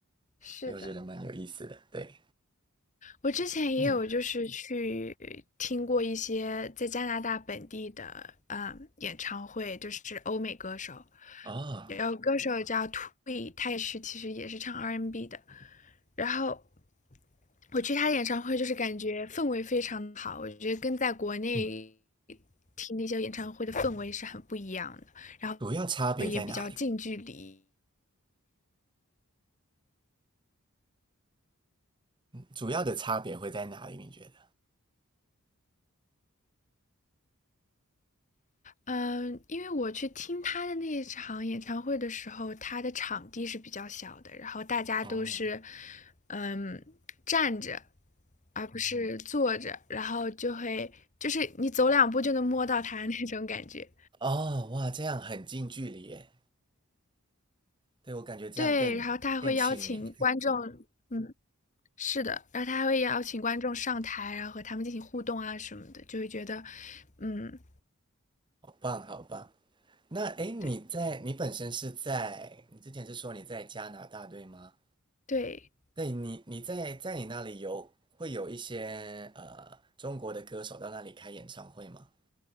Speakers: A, on the left (about 35°); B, on the right (about 20°).
A: 是的。
B: 对，我觉得蛮有意思的。对，
A: 我之前也有就是去听过一些在加拿大本地的嗯演唱会，
B: 嗯
A: 就是欧美歌手，
B: 啊，
A: 有歌手叫 Twee，他也是其实也是唱 R&B n 的，然后我去他的演唱会就是感觉氛围非常好，我觉得跟在国内
B: 嗯，
A: 听那些演唱会的氛围是很不一样的，然
B: 主要差别在哪里？
A: 后也比较近距离。
B: 主要的差别会在哪里？你觉得？
A: 嗯，因为我去听他的那一场演唱会的时候，他的场地是比较小的，然后大家都是，
B: 哦
A: 嗯，站着，而不是坐着，然后就会就是你走两步就能摸到他那种感觉。
B: 哦，哇，这样很近距离耶。对我感觉这样更更亲民，
A: 对，然后他还会邀请观众，嗯，是的，然后他还会邀请观众上台，然后和他们进行互动啊什么的，就会觉得，嗯，
B: 好棒好棒。那诶，你在你本身是在你之前是说你在加拿大对吗？
A: 对对，
B: 对，你你在在你那里有会有一些呃中国的歌手到那里开演唱会吗？